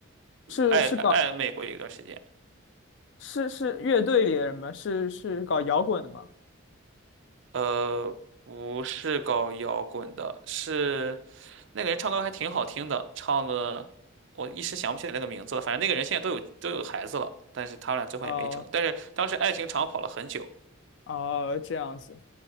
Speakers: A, on the left; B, on the right.
A: 是是搞
B: 暧暧昧过一段时间。
A: 是是乐队里的人吗？是是搞摇滚的吗？
B: 呃，不是搞摇滚的，是。那个人唱歌还挺好听的，唱的我一时想不起来那个名字了。反正那个人现在都有都有孩子了，但是他们俩最后也没成。
A: 哦
B: 但是当时爱情长跑了很久。
A: 哦，这样子，